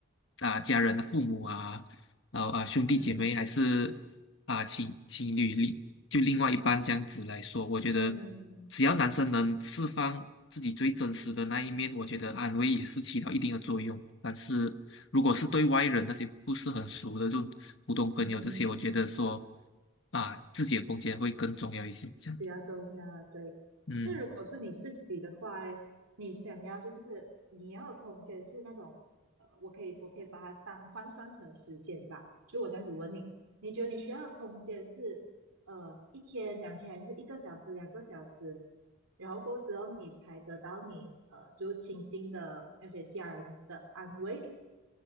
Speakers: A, on the left (about 55°); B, on the right (about 85°).
A: 啊、家人的父母啊，然后啊兄弟姐妹，
B: 嗯
A: 还是啊、情情侣另就另外一半这样子来说，我觉得
B: 嗯
A: 只要男生能释放自己最真实的那一面，我觉得安慰也是起到一定的作用。但是如果是对外人那些不是很熟的，这种普通朋友这些，
B: 嗯。
A: 我觉得说啊自己的空间会更重要一些，这样，
B: 比较重要啊。
A: 子，
B: 对，
A: 嗯。
B: 这如果是你自己的话，你想要就是你要的空间是那种，呃，我可以我可以把它当换算成时间吧。就我这样子问你，你觉得你需要的空间是呃一天、两天，还是一个小时、两个小时？然后过后之后，你才得到你呃，就是亲近的那些家人的安慰，